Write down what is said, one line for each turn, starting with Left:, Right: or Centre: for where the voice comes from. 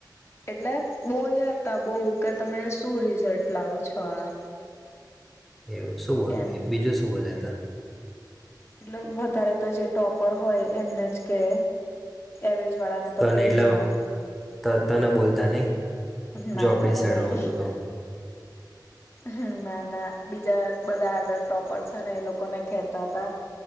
Left: એટલે બોલ્યા તા બહુ કે, તમે શું રિઝલ્ટ લાવો છો આ?
Centre: એવું શું?
Left: એમ
Centre: બીજું શું બોલ્ષા તા?
Left: એટલે વધારે તો જે ટોપર હોય એમને જ કે, એવરેજ વાળાને તો
Centre: તને
Left: કે
Centre: એટલે
Left: જ ના
Centre: તને બોલતા નહી?
Left: ના
Centre: જોપડી
Left: મને
Centre: સાઈડ
Left: નહી.
Centre: હોતું તો
Left: હ ના ના! બીજા બધા આગળ ટોપર છે ને, એ લોકોને કેહતા હતા